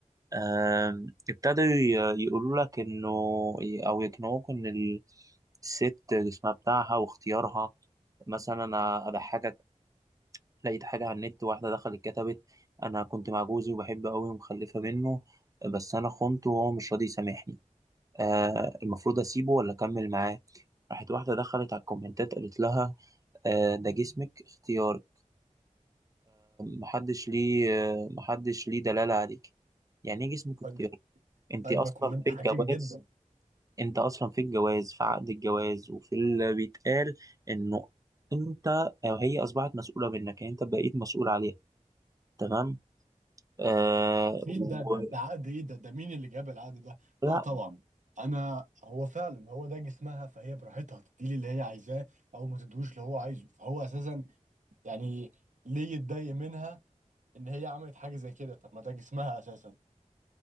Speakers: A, on the right; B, on the right.
A: آم، ابتدوا ي- يقولوا لك انه او يقنعوك ان ال- الست جسمها بتاعها واختيارها مثلا انا اضحكك لقيت حاجه على النت واحده دخلت كتبت انا كنت مع جوزي وبحبه قوي ومخلفه منه بس انا خنته وهو مش راضي يسامحني آه المفروض اسيبه ولا اكمل معاه راحت واحده دخلت على الكومنتات قالت لها آه ده جسمك اختيارك محدش ليه آه محدش ليه دلاله عليك يعني ايه جسمك
B: طيب
A: اختيارك انت
B: طيب
A: اصلا
B: ما كومنت
A: في
B: حكيم
A: الجواز
B: جدا
A: انت اصلا في الجواز في عقد الجواز وفي اللي بيتقال انه انت او هي اصبحت مسؤوله منك يعني انت بقيت مسؤول عليها تمام آه
B: مين
A: و...
B: ده ده ده عقد ايه ده ده مين اللي جاب العقد ده لا
A: لا
B: طبعا انا هو فعلا هو ده جسمها فهي براحتها تديلي اللي هي عايزاه او ما تدوش اللي هو عايزه فهو اساسا يعني ليه يتضايق منها ان هي عملت حاجه زي كده طب ما ده جسمها اساسا